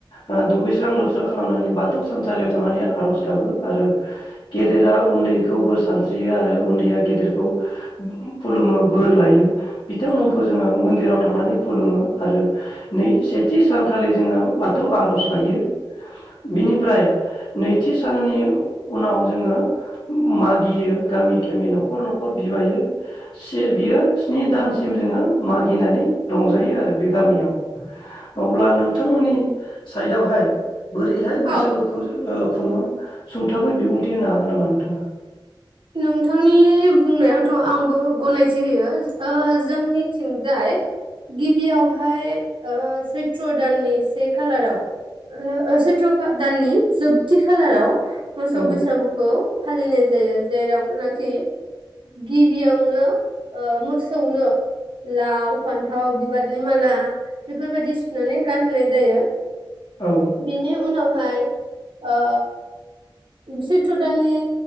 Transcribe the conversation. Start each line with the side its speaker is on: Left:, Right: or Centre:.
Left: ओ दुगैस्रां लोबस्रां खालामनानै बाथौ सानसालियाव थांनानै आरज गाबो आरो गेदेरा उन्दैखौ बोर सानस्रियो आरो उन्दैया गेदेरखौ ओम खुलुमो बोर लायो। बिथांमोनखौ
Right: औ
Left: जोङो मोन्दिरावद थांनानै खुलुमो। आरो नै सेथि सानखालि जोङो बाथौ आरज लायो बेनिफ्राय नैथि साननि उनाव जोङो मागियो गामि गामि नखर नखर बिबायो। से बियो स्नि दानसिम जोङो मागिनानै रंजायो आरो बे गामियाव अब्ला नोंथांमोननि साइडआवहाय बोरैहाय बैसागोखौ
Right: औ
Left: ओ खुङो सुंथाबै बिबुंथि होनो हागोन नामा नोंथाङा?
Right: नोंथांनि बुंनायावथ आंबो गनायथि होयो ओ जोंनि थिंजाय गिबियावहाय ओ सैथ्र दाननि से खालाराव ओ सैथ्र दाननि जोबथि खालाराव मोसौ
Left: औ
Right: बैसागुखौ फालिनायज जायोज जेराव नाखि गिबियावनो ओ मोसौनो लाव फान्थाव बिबारनि माला बेफोरबायदि सु नानै गानहोनाय जायो
Left: औ
Right: बिनि उनाव हाय ओ सैथ्र दाननि